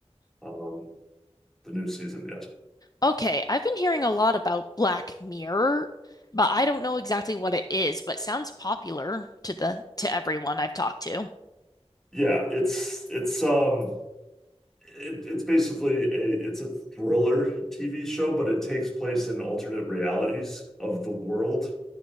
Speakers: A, in the centre; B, on the left.
A: um the new season yet
B: Okay, I've been hearing a lot about Black Mirror, but I don't know exactly what it is, but sounds popular to the to everyone I've talked to.
A: yeah it's it's um it, it's basically a it's a thriller TV show but it takes place in alternate realities of the world